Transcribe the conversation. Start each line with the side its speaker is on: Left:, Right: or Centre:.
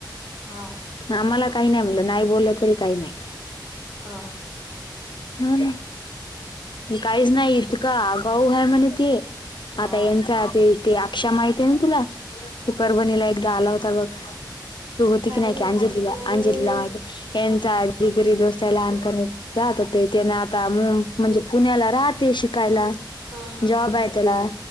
Right: हां.....
Left: आम्हाला काही नाही म्हणलं नाही बोललं तरी काही नाही.
Right: हो.....
Left: हम...... काहीच नाही इतका गाऊ ह म्हणे ते....
Right: हा
Left: आता यांचा ते.... ते...... अक्षा माहितीय आहे ना तुला की परभणीला एकदा आला होता बघ..... तू होती
Right: काय
Left: की नाही
Right: माहित
Left: की अंजलीला
Right: नाही
Left: अंजलीला
Right: मी नव्हती
Left: माहित यांचा
Right: हा
Left: जिगरी दोस्त आहे लहानपणीचा..... ते त्याना आता म्हणजे पुण्याला राहते शिकायला
Right: हा हा हा
Left: जॉब
Right: हा
Left: आहे त्याला....